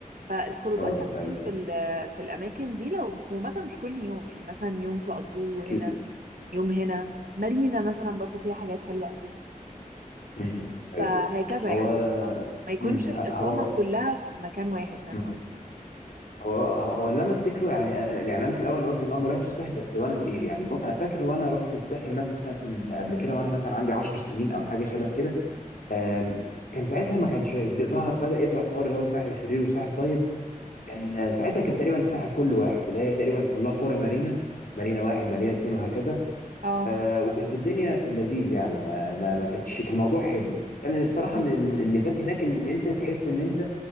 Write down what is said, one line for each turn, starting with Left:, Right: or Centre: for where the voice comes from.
Right: فالخروجات
Left: اه
Right: هتكون
Left: ايوه
Right: في ال- في الاماكن دي لو ومثلا مش كل يوم يعني مثلا يوم تقضوه
Left: اكيد
Right: هنا يوم هنا مارينا مثلا
Left: مم.
Right: برضو فيها حاجات حلوة قوي
Left: امم ايوه
Right: فهكذا
Left: هو
Right: يعني ما يكونش
Left: امم
Right: الإقامة
Left: هو
Right: كلها في مكان واحد فاهم
Left: مم.
Right: قصدي
Left: هو هو هو اللي انا افتكره يعني يعني انا في الاول انا قلت ان انا ما رحتش الساحل بس وانا كبير يعني م- انا فاكر وانا رحت الساحل مثلا قبل كده وانا مثلا عندي 10 سنين او حاجه شبه كده آم، كان ساعتها ما كانش ظهر بدا يظهر حوار اللي هو ساحل شرير وساحل طيب كان آه، ساعتها كان تقريبا الساحل كله واحد اللي هي تقريبا كلها قرى مارينا مارينا واحد مارينا اتنين وهكذا
Right: اه
Left: آه، وكانت الدنيا في اللذيذ يعني آه، ما ما كانتش كان الموضوع حلو كان بصراحه
Right: م-
Left: من الميزات هناك ان انت تحس ان انت